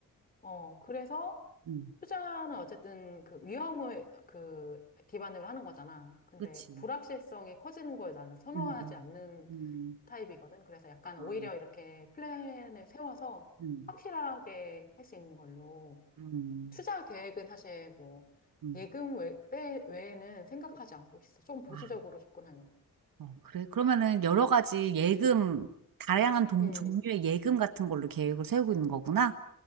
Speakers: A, on the left; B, on the right.
A: 어, 그래서
B: 음,
A: 투자는 어쨌든 그 위험을 그 기반으로 하는 거잖아. 근데
B: 그치.
A: 불확실성이 커지는 걸 나는 선호하지
B: 음, 음,
A: 않는
B: 음,
A: 타입이거든. 그래서 약간
B: 아,
A: 오히려 이렇게 플랜을 세워서
B: 음,
A: 확실하게 할 수 있는 걸로.
B: 음,
A: 투자 계획은 사실 뭐
B: 음.
A: 예금 외, 빼- 외에는 생각하지 않고 있어. 좀 보수적으로
B: 아,
A: 접근하려고.
B: 어, 그래. 그러면은 여러 가지 예금, 다양한 동,
A: 음,
B: 종류의 예금 같은 걸로 계획을 세우고 있는 거구나.